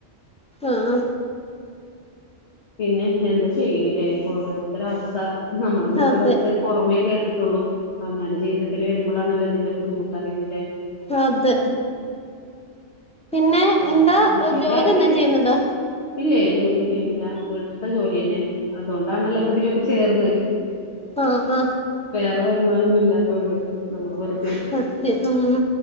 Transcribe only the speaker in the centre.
ആഹ്
അതെ
അതെ പിന്നെ
എന്താ
ജോലി എന്തേം ചെയ്യുന്നുണ്ടോ
ആ ആ
സത്യം ഉം